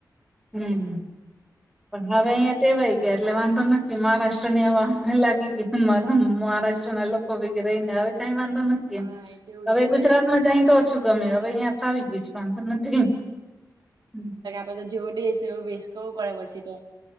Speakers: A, in the centre; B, on the right (about 85°).
A: હમ્મ પણ હવે અહીંયા ટેવાઈ ગયા એટલે વાંધો નથી મહારાષ્ટ્ર ની આવા લાગી ગઈરા મહારાષ્ટ્ર ના લોકો રહીને હવે કઈ વાંધો નથી
B: હા
A: એમ
B: એ તેવું
A: હવે
B: જ આપડે
A: ગુજરાત માં જાય તો ઓછું ગમે હવે અહીં ફાવી ગયું છે વાંધો નથી હામ.
B: <unintelligible> જોવો દેસ એવો વેસ્ટ કરવું પડે પછી તો.